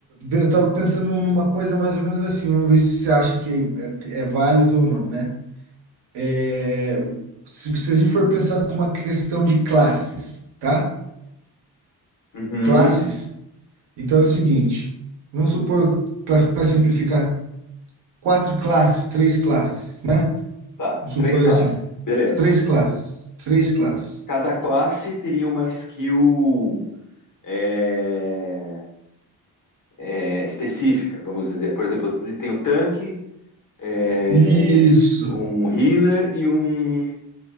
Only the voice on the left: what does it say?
Uhum.
Tá,
três classes,
beleza.
Cada classe teria uma skill é, é, específica, vamos dizer. Por exemplo, tem o tanque, é,
um healer e um